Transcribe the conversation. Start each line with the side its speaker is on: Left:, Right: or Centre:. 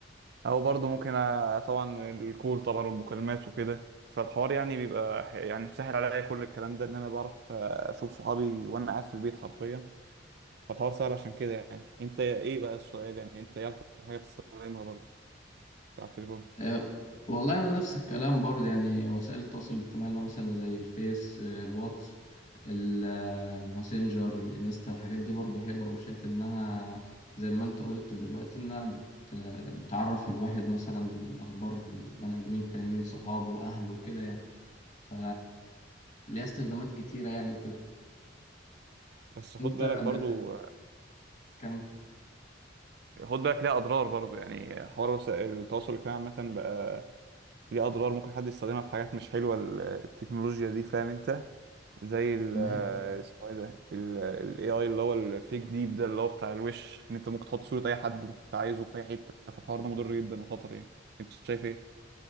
Right: او برضو ممكن أ- طبعا الكول طبعا والمكالمات وكده فالحوار يعني بيبقى ح- يعني سهل عليا كل الكلام ده ان انا بعرف اشوف صحابي وانا قاعد في البيت حرفيا فالحوار سهل عشان كده يعني انت ايه بقى السؤال يعني انت ايه اكتر حاجة بتستخدمها برضو على التليفون
Left: آه، والله انا نفس الكلام برضه يعني وسائل التواصل الاجتماعي اللي هو مثلا زي الفيس آه، الواتس الماسنجر الانستا الحاجات دي برضه حلوه وشايف انها زي ما انت قلت دلوقتي انها بت بتعرف الواحد مثلا الاخبار البني ادمين التانيين صحابه اهله كده يعني ف ليها استخدامات كتيره يعني وكده
Right: بس خد
Left: انت
Right: بالك
Left: ب...
Right: برضو
Left: كم
Right: خد بالك ليها اضرار برضو يعني حوار وسائل التواصل الاجتماعي عامه بقى ليه اضرار ممكن حد يستخدمها في حاجات مش حلوه ال- التكنولوجيا دي فاهم انت زي ال
Left: ما هي
Right: اسمه ايه ده الاي اي اللي هو الفيك ديب ده اللي هو بتاع الوش ان انت ممكن تحط صوره اي حد انت عايزه في اي حته فالحوار ده مضر جدا وخطر يعني انت شايف ايه